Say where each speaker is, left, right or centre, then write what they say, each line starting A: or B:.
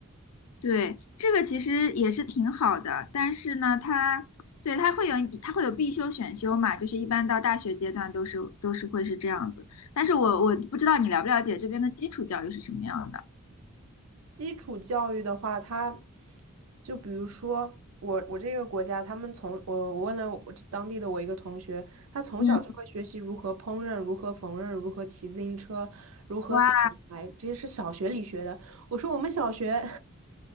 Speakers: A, on the left; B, on the right.
A: 对，这个其实也是挺好的，但是呢，它对它会有它会有必修选修嘛，就是一般到大学阶段都是都是会是这样子。但是我我不知道你了不了解这边的基础教育是什么样的。
B: 基础教育的话，它。就比如说我我这个国家，他们从我我问了我这当地的我一个同学，他从小就会学习如何烹饪、
A: 嗯
B: 如何缝纫、如何骑自行车、如何砍柴，
A: 哇，
B: 这些是小学里学的。我说我们小学